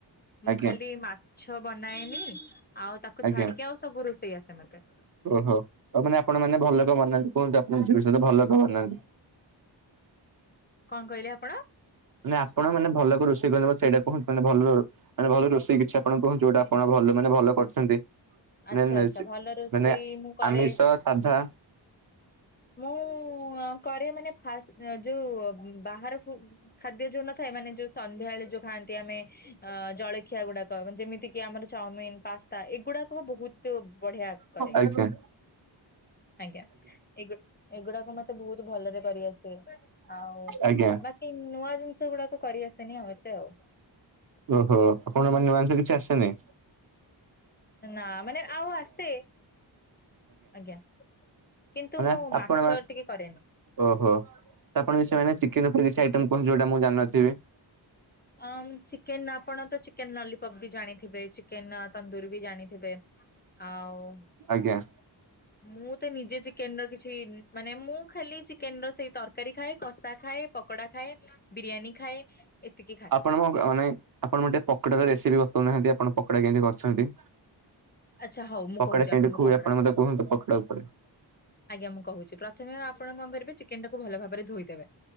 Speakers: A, on the left; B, on the right.
A: ମୁଁ
B: ଆଜ୍ଞା
A: ଖାଲି ମାଛ ବନେ ନାଏନି। ଆଉ ତାକୁ
B: ଆଜ୍ଞା
A: ଛାଡିକି ଆଉ ସବୁ ରୋଷେଇ ଆସେ ମତେ।
B: ଓହୋ ଆଉ ମାନେ ଆପଣ ମାନେ ଭଲ କଣ ବନାନ୍ତି କୁହନ୍ତୁ ଆପଣ ନିଜ ବିଷୟରେ ଭଲ କଣ ବନାନ୍ତି?
A: କଣ କହିଲେ ଆପଣ?
B: ମାନେ ଆପଣ ମାନେ ଭଲ ରୋଷେଇ କରେ ସେଇଟାୁହନ୍ତୁ। ମାନେ ଭଲ ମାନେ ଭଲ ରୋଷେଇ କିଛି ଆପଣ କୁହନ୍ତୁ? ଯୋଉଟା ଆପଣ ଭଲ ମାନେ ଭଲ କରୁଛନ୍ତି।
A: ଆଚ୍ଛା
B: ମାନେ
A: ଆଚ୍ଛା ଭଲ ରୋଷେଇ
B: ମାନେ
A: ମୁଁ କରେ।
B: ଆମିଷ ସାଧା।
A: ମୁଁ କରେ ମାନେ ଫାସ ଯୋଉ ବାହାର ଖାଦ୍ୟ ଯୋଉ ନଥାଏ ମାନେ ଯୋଉ ସନ୍ଧ୍ୟାବେଳେ ଯୋଉ ଖାଆନ୍ତି ଆମେ? ଅ ଜଳଖିଆ ଗୁଡାକ। ମ ଯେମିତି କିି ଆମର ଚାଉମିିନ ପାସ୍ତା ଏଇଗୁଡାକ ମୁଁ ବୋହୁତ ବଢିଆ କରେ।
B: ଆଜ୍ଞା
A: ଆଜ୍ଞା। ଏଇ ଗୋ ଏଗୁଡାକ ମତେ ବୋହୁତ ଭଲରେ କରିଆସେ। ଆଉ
B: ଆଜ୍ଞା
A: ବାକି ନୂଆ ଜିନ ନିଷ ଗୁଡାକ କରି ଆସେନି ଆଉ ଏତେ ଆଉ।
B: ଓହୋ। ଆପଣ ମାନ ମାଂସ <unintelligible> କିଛି ଆସେ ନି?
A: ନା ମାନେ ଆଉ ଆସେ। ଆଜ୍ଞା। କିନ୍ତୁ
B: ମାନେ
A: ମୁଁ
B: ଆପଣ
A: ମାଛ
B: ମା
A: ଟିକେ କରେନି।
B: ଓହୋ। ତ ଆପଣ <unintelligible> ସେମାନେ ଚିକେନ ଉପରେ କିଛି ଆଇଟମ୍ କୁହନ୍ତୁ ଯୋଉଟା ମୁଁ ଜାଣିନଥିବି।
A: ହୁ ଆମ୍ ଚିକେନ ଆପଣ ତ ଚିକେନ ଲଲିପପ୍ ବି ଜାଣିଥିବେ। ଚିକେନ ତନ୍ଦୁରୀ ବି ଜାଣିଥିବେ। ଆଉ
B: ଆଜ୍ଞା।
A: ମୁଁ ତ ନିଜେ ଚିକେନ ର କିଛି ମାନେ ମୁଁ ଖାଲି ଚିକେନ ର ସେଇ ତର ତରକାରୀ ଖାଏ କଷା ଖାଏ ପକୋଡା ଖାଏ ବିରିୟାନୀ ଖାଏ ଏତିକି ଖାଏ।
B: ନମକ ମାନେ ଆପଣ ଗୋଟେ ପକୋଡା ର ରେସିପି ବତଉନାହାନ୍ତି ଆପଣ ପକଡା କେମିତି କରୁଛନ୍ତି?
A: ଆଚ୍ଛା ହଉ ମୁଁ
B: ପକଡା
A: କହୁଛି
B: କେମିତି
A: ଆପଣଙ୍କୁ
B: ଖୁଏ
A: ପକୋଡା
B: ଆପଣ ମତେ କୁହନ୍ତୁ ପକଡ ଉପରେ।
A: ଆଜ୍ଞା ମୁଁ କହୁଛି ପ୍ରଥମେ ଆପଣ କଣ କରିବେ ଚିକେନ ଟାକୁ ଭଲ ଭାବରେ ଧୋଇଦେବେ।